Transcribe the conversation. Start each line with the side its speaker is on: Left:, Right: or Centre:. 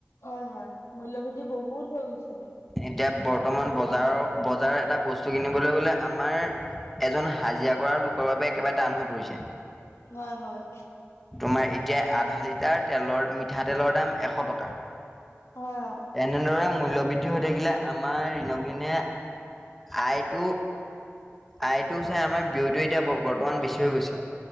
Left: অ হয় মূল্্য ভৃদ্ধি বহুত হৈ গৈছে
Centre: এতিয়া বৰ্তমান
Left: মানে বস্তু
Centre: বজাৰৰ বজাৰৰ এটা বস্তু বস্তু কিনিবলৈ গলে আমাৰ এজন হাজিৰা কৰা লোকৰ বাবে একেবাৰে টান হৈ পৰিছে
Left: হয় হয়
Centre: তোমাৰ এতিয়া আধা লিটাৰ তেলৰ ম পিঠাতেলৰ দাম এশ টকা
Left: হয় অ
Centre: এনেদৰে মূল্্য বৃদ্ধি হৈ থাকিলে আমাৰ ঋণবিনে আইতটো আইতটো চাই আমাৰ বিতটো এতিয়া বৰ অন বেছি হৈ গৈছে